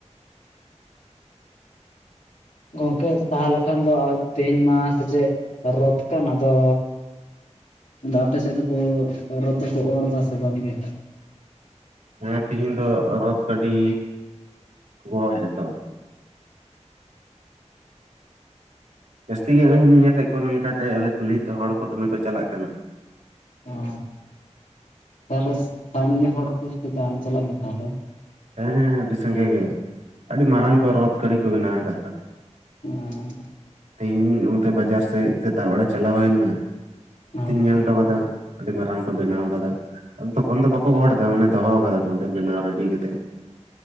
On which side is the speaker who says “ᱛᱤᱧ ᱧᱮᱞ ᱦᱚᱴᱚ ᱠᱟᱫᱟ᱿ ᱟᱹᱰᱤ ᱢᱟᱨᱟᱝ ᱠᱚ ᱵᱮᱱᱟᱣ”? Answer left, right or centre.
Right